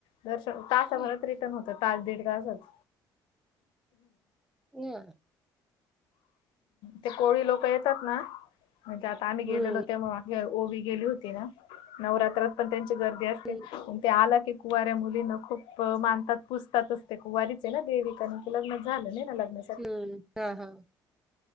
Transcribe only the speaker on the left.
दर्शन तासा
भरात तो म्हणतो तास दीड तासच.
ते कोळी लोक येतात ना, म्हणजे आता आम्ही गेलेलो.
त्यामुळे हे ओवी गेली होती, ना नवरात्रात पण त्यांची गर्दी असते
पण ते आला की. कुवऱ्या मुलींना खूप मानतात पुजतात, ते कुवारीच ना देविकानी की लग्न झालं नाही ना लग्न.